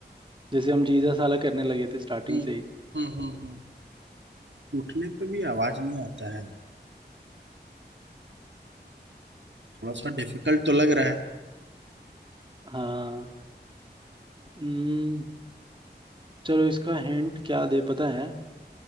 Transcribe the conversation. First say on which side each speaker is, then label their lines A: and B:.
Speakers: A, on the right; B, on the right.
A: जैसे हम जीजा साला करने लगे थे स्टार्टिंग
B: हम्म
A: से ही
B: हम्म हम्म हम्म टूटने पे भी आवाज नहीं आता है थोड़ा सा डिफिकल्ट तो लग रहा है
A: हाँ हम्म, चलो इसका हिंट क्या दे पता है